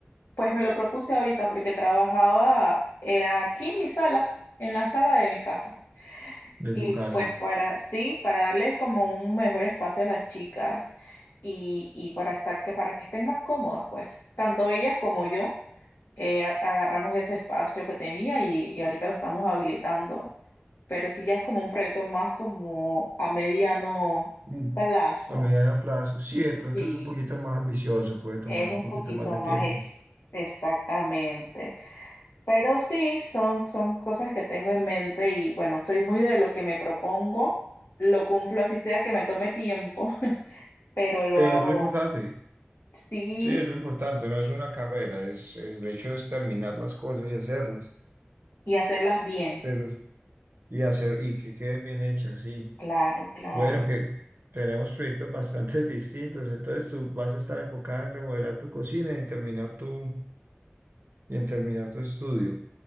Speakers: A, on the left; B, on the right.
A: Pues me lo propuse ahorita porque trabajaba, era aquí en mi sala, en la sala de mi casa.
B: De
A: Y
B: tu casa.
A: pues para, sí, para darle como un mejor espacio a las chicas y, y para estar que, para que estén más cómodas, pues, tanto ellas como yo, eh, a- agarramos ese espacio que tenía y, y ahorita lo estamos habilitando. Pero sí ya es como un proyecto más como a mediano
B: Mm.
A: plazo.
B: A mediano plazo. Sí, de pronto
A: Sí,
B: es un poquito más ambicioso, puede tomar
A: es un
B: un poquito
A: poquito
B: más de
A: más
B: tiempo.
A: ex- exactamente. Pero sí, son, son cosas que tengo en mente y bueno, soy muy de lo que me propongo, lo cumplo así sea que me tome tiempo, <laughs> pero lo
B: Es
A: hago
B: lo importante.
A: sí
B: Sí, es lo importante, no es una carrera, es, es el hecho es terminar las cosas y hacerlas.
A: y hacerlas bien.
B: Pero, y hacer, y que queden bien hechas, sí.
A: Claro, claro,
B: Bueno, que tenemos proyectos bastante <laughs> distintos. Entonces tú vas a estar enfocada en remodelar tu cocina y en terminar tu, y en terminar tu estudio.